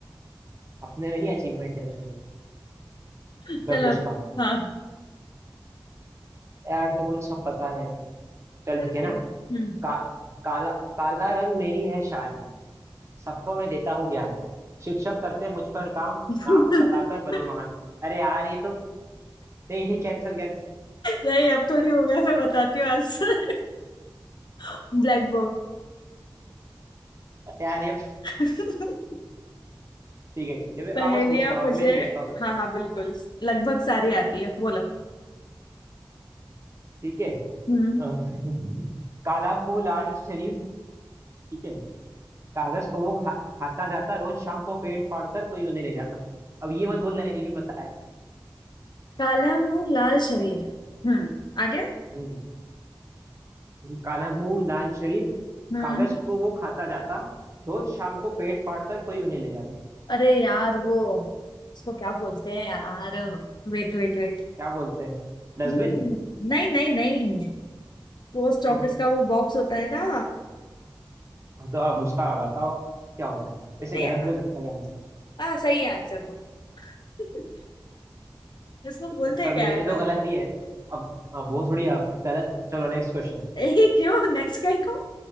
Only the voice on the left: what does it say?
<laughs>
चलो
हाँ
फिर
फिर-
हम्म
<laughs>
नहीं अब थोड़ी हो गया मैं बताती हूँ आंसर <laughs> Black
board <laughs>
पहेलियां
मुझे
हाँ हाँ बिल्कुल लगभग सारी आती है बोलो
हम्म
काला मुंह लाल शरीर हम्म आगे
हम्म
अरे यार वो उसको क्या बोलते हैं यार Wait wait wait
हम्म नहीं नहीं नहीं पोस्ट ऑफिस
का वो बॉक्स होता है ना
अरे
यार
हाँ सही आंसर तो <laughs> इसको बोलते हैं
क्या
है
पर
<laughs>
ए क्यों नेक्स्ट कहीं को